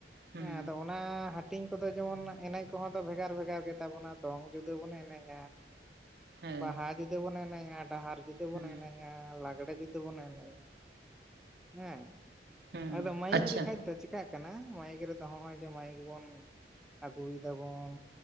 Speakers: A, on the right (about 60°); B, in the centre.
A: ᱦᱩᱸ
B: ᱟᱫᱚ ᱚᱱᱟ ᱦᱟᱹᱴᱤᱧ ᱠᱚᱫᱚ ᱡᱮᱢᱚᱱ ᱮᱱᱮᱡ ᱠᱚᱦᱚᱸ ᱫᱚ ᱵᱷᱮᱜᱟᱨ ᱵᱷᱮᱜᱟᱨ ᱜᱮᱛᱟᱵᱚᱱᱟ ᱫᱚᱝ ᱡᱩᱫᱟᱹ ᱵᱚᱱ ᱮᱱᱮᱡ
A: ᱦᱮᱸ
B: ᱵᱟᱦᱟ ᱡᱩᱫᱤ ᱵᱚᱱ ᱮᱱᱮᱡᱼᱟ ᱰᱟᱦᱟᱨ ᱡᱩᱫᱤ
A: ᱦᱩᱸ
B: ᱵᱚᱱ ᱮᱱᱮᱡ ᱞᱟᱜᱽᱲᱮ ᱡᱩᱫᱤ ᱵᱚᱱ ᱮᱱᱮᱡᱼᱟ ᱦᱮᱸ
A: ᱦᱩᱸ
B: ᱟᱫᱚ ᱢᱟᱹᱭᱤᱠ
A: ᱟᱪᱪᱷᱟ
B: ᱨᱮ ᱠᱷᱟᱱ ᱛᱚ ᱪᱮᱠᱟᱜ ᱠᱟᱱᱟ ᱢᱟᱭᱤᱠ ᱨᱮᱫᱚ ᱱᱚᱜ ᱚᱚᱭ ᱡᱮ ᱢᱟᱭᱤᱠ ᱵᱚᱱ ᱟᱹᱜᱩᱭ ᱫᱟᱵᱚᱱ